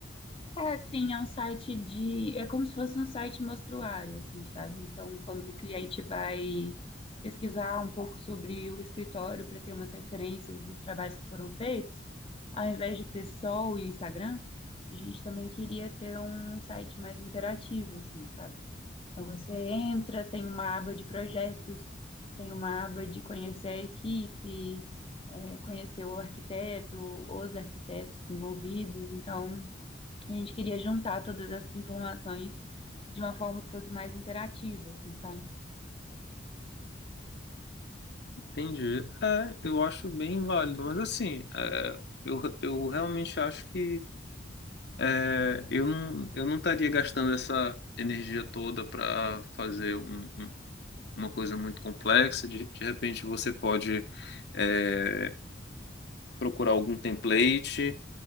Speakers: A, on the left; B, on the left.
A: É, assim, é um site de. É como se fosse um site mostruário, assim, sabe? Então, quando o cliente vai pesquisar um pouco sobre o escritório para ter umas referências dos trabalhos que foram feitos, ao invés de ter só o Instagram, a gente também queria ter um site mais interativo, assim, sabe? Então, você entra, tem uma aba de projetos, tem uma aba de conhecer a equipe, é, conhecer o arquiteto, os arquitetos envolvidos. Então. A gente queria juntar todas essas informações de uma forma que fosse mais interativa, assim, sabe?
B: Entendi. É, eu acho bem válido, mas assim, é, eu, eu realmente acho que é, eu não, eu não estaria gastando essa energia toda para fazer um uma coisa muito complexa, de, de repente você pode é, procurar algum template.